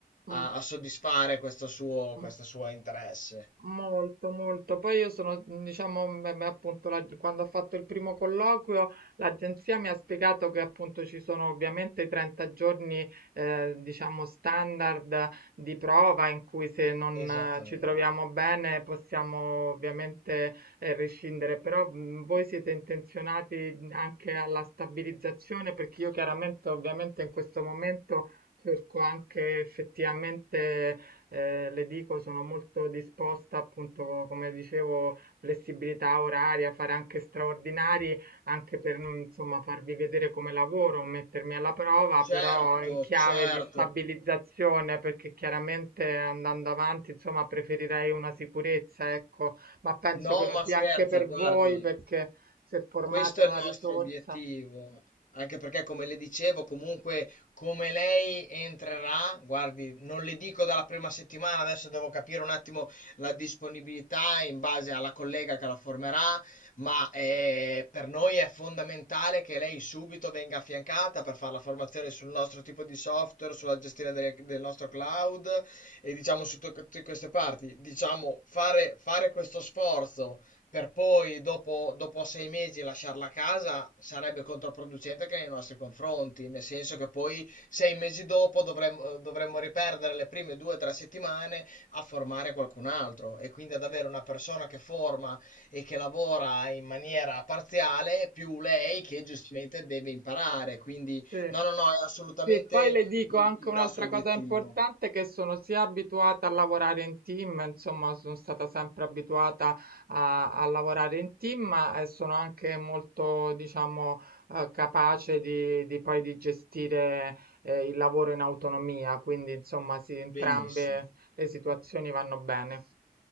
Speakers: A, on the right; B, on the left.
A: mm,
B: a- a soddisfare questo suo,
A: mm.
B: questo suo interesse.
A: Molto, molto. Poi io sono, mh, diciamo, m- m- appunto, la- quando ho fatto il primo colloquio, l'agenzia mi ha spiegato che appunto ci sono ovviamente i 30 giorni, eh, diciamo, standard di prova in cui se non
B: Esattamente.
A: eh, ci troviamo bene possiamo ovviamente eh, rescindere, però mh, voi siete intenzionati anche alla stabilizzazione perché io chiaramente, ovviamente in questo momento cerco anche effettivamente eh, le dico, sono molto disposta, appunto, come dicevo, flessibilità oraria, fare anche straordinari, anche per, non, insomma, farvi vedere come lavoro, mettermi alla prova,
B: Certo,
A: però in chiave
B: certo.
A: di stabilizzazione, perché chiaramente andando avanti, insomma, preferirei una sicurezza, ecco, ma penso
B: No,
A: che lo
B: ma
A: sia
B: scherza,
A: anche per
B: guardi,
A: voi, perché se formate
B: questo
A: una
B: è il nostro
A: risorsa.
B: obiettivo, anche perché come le dicevo, comunque come lei entrerà, guardi, non le dico dalla prima settimana, adesso devo capire un attimo la disponibilità in base alla collega che la formerà, ma eh, per noi è fondamentale che lei subito venga affiancata per fare la formazione sul nostro tipo di software, sulla gestione delle- del nostro cloud e diciamo su tutte queste parti, diciamo fare fare questo sforzo per poi dopo, dopo sei mesi lasciarla a casa sarebbe controproducente anche nei nostri confronti, nel senso che poi sei mesi dopo dovremmo, dovremmo riperdere le prime due o tre settimane a formare qualcun altro e quindi ad avere una persona che forma e che lavora in maniera parziale più lei che giustamente deve imparare. Quindi
A: Sì.
B: no, no, no, è assolutamente
A: Sì, poi le dico
B: il
A: anche
B: il
A: un'altra
B: nostro obiettivo.
A: cosa importante, che sono sia abituata a lavorare in team, insomma, sono stata sempre abituata a, a lavorare in team, ma eh, sono anche molto, diciamo, eh, capace di, di poi di gestire eh, il lavoro in autonomia, quindi, insomma, sì, entrambe
B: Benissimo.
A: le situazioni vanno bene.